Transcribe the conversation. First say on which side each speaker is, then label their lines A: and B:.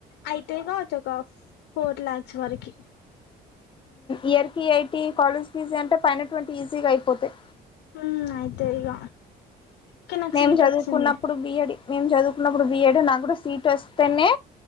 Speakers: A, on the left (about 85°); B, on the left (about 30°).
A: అయితయి కావచ్చు ఒక ఫ్ ఫోర్ లాక్స్ వరకి
B: ఇయర్ కి ఐటీ కాలేజ్ ఫీజ్ అంటే పైన ట్వంటీ ఈజీగా అయిపోతాయి
A: హ అయితే ఇగ కానీ నాకు
B: మేం
A: సీట్
B: చదువుకున్నప్పుడు
A: వచ్చింది
B: బియడ్ మేము చదువుకున్నప్పుడు బిఎడ్ నా కూడా సీట్ వస్తేనే